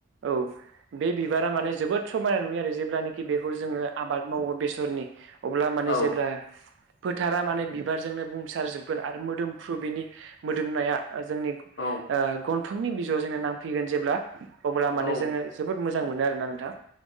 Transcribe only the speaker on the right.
औ बे बिबारा माने जोबोद समायना नुयो आरो जेब्लानखि बेखौ जोङो आबाद मावो बेसरनि अब्ला माने
जेब्ला फोथारा माने बिबारजोंनो बुंसारजोबगोन आरो मोदोमफ्रु बिनि मोदोमनाया जोंनि ओ
गन- थंनि बिजौआव जोङो नांफैगोन जेब्ला अब्ला माने
जोङो जोबोद मोजां मोनो आरोना नोंथां